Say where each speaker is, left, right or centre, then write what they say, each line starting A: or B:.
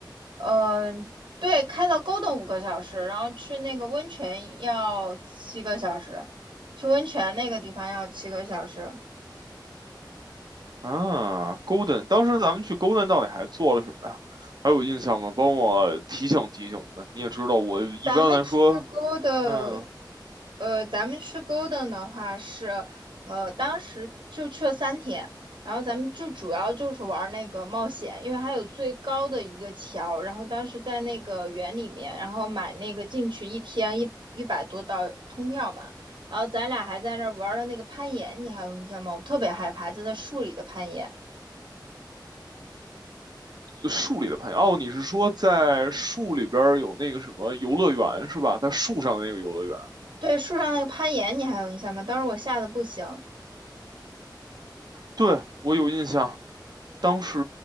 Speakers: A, on the right (about 85°); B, on the right (about 60°).
A: 嗯、对，开到高等五个小时，然后去那个温泉要七个小时，去温泉那个地方要七个小时。
B: 啊，Golden，当时咱们去 Golden 到底还做了什么呀？还有印象吗？帮我提醒提醒呗。你也知道，我一般来说，
A: 咱们去 g 的，
B: 嗯。
A: 呃，咱们去 g o 的话是，呃，当时就去了三天，然后咱们就主要就是玩那个冒险，因为还有最高的一个桥，然后当时在那个园里面，然后买那个进去一天一一百多刀通票嘛，然后咱俩还在那儿玩了那个攀岩，你还有印象吗？我特别害怕，就在树里的攀岩，
B: 就树里的朋友哦，你是说在树里边有那个什么游乐园是吧？在树上的那个游乐园，
A: 对，树上那个攀岩你还有印象吗？当时我吓得不行，
B: 对，我有印象。当时